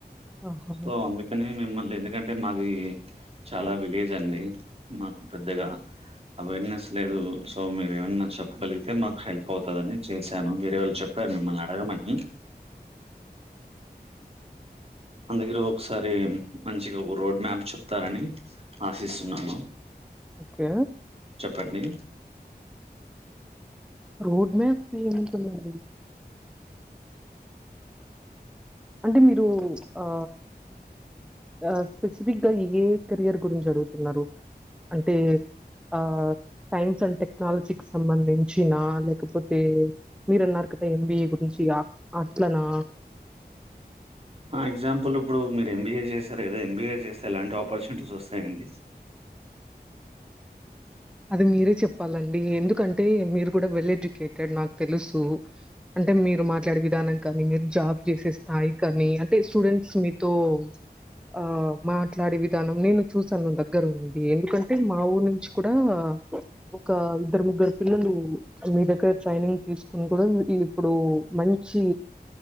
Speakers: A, in the centre; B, on the right.
A: ఆహా!
B: సో అందు కానీ మిమ్మల్ని ఎందుకంటే మాది చాలా విలేజ్ అండి మాకు పెద్దగా అవేర్నెస్ లేదు సో మీరు ఏమన్నా చెప్పగలిగితే మాకు హెల్ప్ అవుతదని చేసాం ను వేరే వాళ్ళు చెప్పారు మిమ్మల్ని అడగమని అందుగర ఒకసారి మంచిగా ఒక రోడ్ మ్యాప్ప్ చే తారని ఆశిస్తున్నాను
A: ఓకే.
B: చెప్పండి
A: రోడ్ మ్యాప్ ఏముంటుందండి అంటే మీరు ఆ ఆ స్పెసిఫిక్గా ఏ కెరియర్ గురించి అడుగుతున్నారు అంటే ఆ సైన్స్ అండ్ టెక్నాలజీకి సంబంధించిన లేకపోతే మీరన్నరు కదా ఎంబిఏ గురించి అట్లనా
B: హా ఎగ్జాంపుల్ ఇప్పుడు మీరు ఎంబీఏ చేశారు కదా ఎంబీఏ చేస్తే ఎలాంటి ఆపర్చునిటీస్ వస్తాయండి
A: అది మీరే చెప్పాలండి ఎందుకంటే మీరు కూడా వెల్ ఎడ్యుకేటెడ్ నాకు తెలుసు అంటే మీరు మాట్లాడే విధానం కానీ మీరు జాబ్ చేసే స్థాయీ కానీ అంటే స్టూడెంట్స్ మీతో ఆ మాట్లాడే విధానం నేను చూసాను దగ్గర ఉండి ఎందుకంటే మా ఊరి నుంచి కూడా కూడా ఒక ఇద్దరు ముగ్గురు పిల్లలు మీ దగ్గర ట్రైనింగ్ తీసుకుని కూడా ఇప్పుడు మంచి